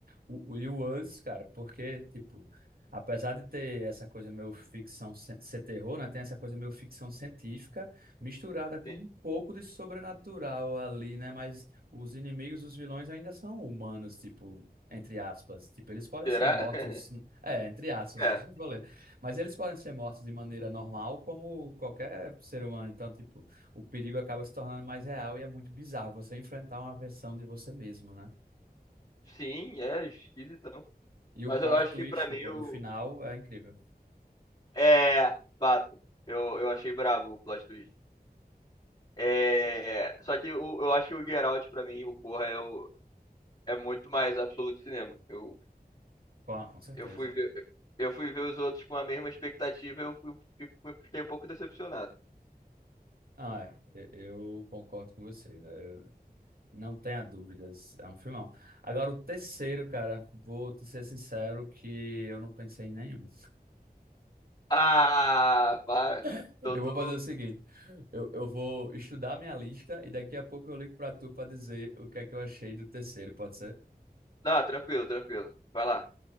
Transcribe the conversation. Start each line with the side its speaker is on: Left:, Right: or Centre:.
Right: O, o, e o Us, cara, porque, tipo, apesar de ter essa coisa meio ficção, cien- ser terror, né? Tem essa coisa meio ficção científica misturada com
Left: Sim.
Right: um pouco de sobrenatural ali, né? Mas os inimigos, os vilões ainda são humanos, tipo, entre aspas. Tipo, eles podem
Left: Será?
Right: ser mortos,
Left: <laughs>
Right: é, entre aspas,
Left: É.
Right: <laughs> já falei. Mas eles podem ser mortos de maneira normal, como qualquer ser humano. Então, tipo, o perigo acaba se tornando mais real e é muito bizarro você enfrentar uma versão de você mesmo, né?
Left: Sim, é esquisitão.
Right: E o
Left: Mas
Right: plot
Left: eu acho
Right: twist,
Left: que pra mim
Right: pô,
Left: eu.
Right: do final é incrível.
Left: É, fato. Eu, eu achei brabo o plot twist. É, só que o, eu acho que o Geralt, pra mim, o Corra é o é muito mais absoluto cinema. Eu,
Right: Com, com certeza.
Left: eu fui ver, eu fui ver os outros com a mesma expectativa, eu fui, fui- fiquei um pouco decepcionado.
Right: Ah, é. e- Eu concordo com você, né? Eu- não tenha dúvidas. É um filmão. Agora, o terceiro, cara, vou te ser sincero que eu não pensei em nenhum.
Left: Ah, para.
Right: <laughs>
Left: Tô
Right: Eu
Left: tu.
Right: vou fazer o seguinte: eu, eu vou estudar minha lista e daqui a pouco eu ligo pra tu pra dizer o que é que eu achei do terceiro, pode ser?
Left: Não, tranquilo, tranquilo. Vai lá.